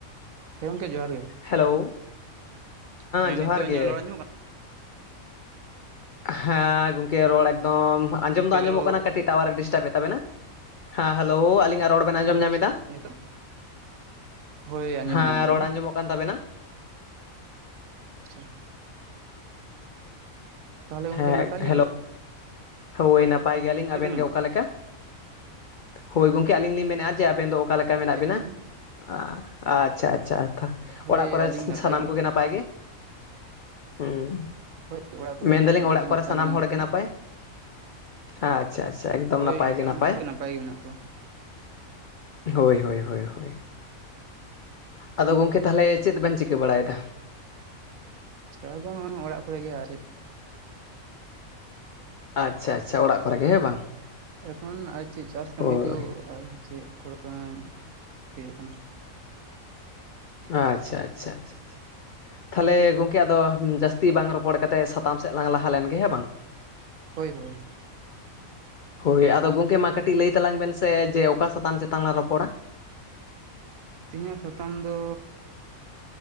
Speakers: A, on the right (about 75°); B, on the left (about 70°).
A: ᱦᱮ ᱜᱚᱝᱠᱮ ᱡᱚᱦᱟᱨ ᱜᱮ,
B: ᱦᱮᱞᱳ
A: ᱦᱮᱸ
B: ᱡᱚᱦᱟᱨ
A: ᱱᱤᱛᱚᱜ
B: ᱜᱮ
A: ᱤᱧᱟᱹᱜ ᱞᱚᱲᱟ ᱧᱚᱜ ᱠᱟ
B: ᱦᱮᱸ ᱜᱚᱝᱠᱮ ᱨᱚᱲ ᱮᱠᱫᱚᱢ ᱟᱸᱡᱚᱢ ᱫᱚ
A: ᱦᱮᱞᱳ
B: ᱟᱸᱡᱚᱢᱚᱜ ᱠᱟᱱᱟ ᱠᱟᱹᱴᱤᱡ ᱴᱟᱣᱟᱨ ᱮ ᱰᱤᱥᱴᱟᱣ ᱮᱫ ᱛᱟᱵᱮᱱᱟ, ᱦᱮᱸ ᱦᱮᱞᱳᱣ ᱟᱹᱞᱤᱧ ᱨᱚᱲ ᱵᱮᱱ ᱟᱸᱡᱚᱢ
A: ᱟᱪᱪᱷᱟ
B: ᱧᱟᱢ ᱮᱫᱟ,
A: ᱱᱤᱛᱚᱜ ᱦᱳᱭ ᱟᱸᱡᱚᱢ
B: ᱦᱮᱸ
A: ᱧᱟᱢ ᱫᱟᱞᱤᱧ
B: ᱨᱚᱲ ᱟᱸᱡᱚᱢᱚᱜ ᱠᱟᱱ ᱛᱟᱵᱮᱱᱟ ᱾
A: <unintelligible> ᱛᱟᱦᱚᱞᱮ ᱜᱚᱝᱠᱮ
B: ᱦᱮᱸ
A: ᱱᱟᱯᱟᱭ ᱜᱮᱭᱟ
B: ᱦᱮᱞᱳ
A: ᱵᱮᱱ?
B: ᱦᱳᱭ, ᱱᱟᱯᱟᱭ ᱜᱮᱭᱟᱞᱤᱧ ᱾ ᱟᱵᱮᱱ
A: ᱜᱚᱝᱠᱮ
B: ᱜᱮ ᱚᱠᱟ ᱞᱮᱠᱟ? ᱦᱳᱭ ᱜᱚᱝᱠᱮ ᱟᱹᱞᱤᱧ ᱞᱤᱧ ᱢᱮᱱᱮᱜᱼᱟ ᱡᱮ ᱟᱵᱮᱱ ᱫᱚ ᱚᱠᱟ ᱞᱮᱠᱟ ᱢᱮᱱᱟᱜ
A: ᱜᱮᱭᱟᱞᱤᱧ
B: ᱵᱮᱱᱟ? ᱟ ᱟᱪᱪᱷᱟ ᱟᱪᱪᱷᱟ ᱛᱷᱟ
A: ᱦᱳᱭ
B: ᱚᱲᱟᱜ ᱠᱚᱨᱮ
A: ᱟᱹᱞᱤᱧ ᱱᱟᱯᱟᱭ
B: ᱥᱟᱱᱟᱢ
A: ᱜᱮᱭᱟᱞᱤᱧ
B: ᱠᱩᱜᱮ ᱱᱟᱯᱟᱭ ᱜᱮ? ᱦᱩᱸ,
A: ᱦᱳᱭ ᱚᱲᱟᱜ ᱠᱚᱨᱮ
B: ᱢᱮᱱᱫᱟᱞᱤᱧ
A: ᱥᱟᱱᱟᱢ ᱠᱚᱜᱮ
B: ᱚᱲᱟᱜ ᱠᱚᱨᱮ
A: ᱱᱟᱯᱟᱭ
B: ᱥᱟᱱᱟᱢ
A: ᱢᱮᱱᱟᱜ
B: ᱦᱚᱲ
A: ᱠᱚᱣᱟ
B: ᱜᱮ ᱱᱟᱯᱟᱭ? ᱟ-ᱪᱷᱟ ᱟᱪᱷᱟ ᱮᱠᱫᱚᱢ
A: ᱦᱳᱭ
B: ᱱᱟᱯᱟᱭ ᱜᱮ
A: ᱥᱟᱱᱟᱢ
B: ᱱᱟᱯᱟᱭ
A: ᱦᱚᱲ
B: ᱾
A: ᱜᱮ ᱢᱮᱱᱟᱜ ᱠᱚᱣᱟ
B: ᱦᱳᱭ, ᱦᱳᱭ, ᱦᱳᱭ, ᱦᱳᱭ ᱾ ᱟᱫᱚ ᱜᱚᱝᱠᱮ ᱛᱟᱦᱟᱞᱮ ᱪᱮᱫ ᱵᱮᱱ ᱪᱤᱠᱟᱹ ᱵᱟᱲᱟᱭ ᱫᱟ?
A: ᱪᱮ ᱦᱚ ᱵᱟᱝ ᱚᱱ ᱚᱲᱟᱜ ᱠᱚᱨᱮ ᱜᱮ ᱟᱨᱮ
B: ᱟᱪᱪᱷᱟᱼᱟᱪᱪᱷᱟ, ᱚᱲᱟᱜ ᱠᱚᱨᱮᱜᱮ ᱦᱮ ᱵᱟᱝ?
A: ᱮᱠᱷᱚᱱ ᱟ ᱪᱮ ᱪᱟᱥ ᱠᱟᱹᱢᱤ
B: ᱦᱳᱭ
A: ᱠᱩ ᱚ ᱪᱮᱜ ᱠᱷᱚ <inaudible> ᱦᱩᱭᱩᱜ ᱠᱟᱱᱟ ᱾
B: ᱟᱪᱪᱷᱟ, ᱟᱪᱪᱷᱟ, ᱟᱪᱪᱷᱟ -ᱪᱷᱟ-ᱪᱷᱟ ᱛᱷᱟᱞᱮ ᱜᱚᱝᱠᱮ ᱟᱫᱚ ᱡᱟᱹᱥᱛᱤ ᱵᱟᱝ ᱨᱚᱯᱚᱲ ᱠᱟᱛᱮᱜ ᱥᱟᱛᱟᱢ ᱥᱮᱫ ᱞᱟᱝ ᱞᱟᱦᱟ ᱞᱮᱱᱜᱮ ᱾ ᱦᱮᱸ ᱵᱟᱝ? <unintelligible>
A: ᱦᱳᱭ ᱦᱳᱭ ᱾
B: ᱦᱳᱭ ᱟᱫᱚ ᱜᱚᱝᱠᱮ ᱢᱟ ᱠᱟᱹᱴᱤᱡ ᱞᱟᱹᱭ ᱛᱟᱞᱟᱝ ᱵᱮᱱ ᱥᱮ ᱡᱮ ᱚᱠᱟ ᱥᱟᱛᱟᱢ ᱪᱮᱛᱟᱱ ᱞᱟᱝ ᱨᱚᱯᱚᱲᱟ?
A: ᱛᱮᱦᱤᱧᱟᱜ ᱥᱟᱛᱟᱢ ᱫᱚ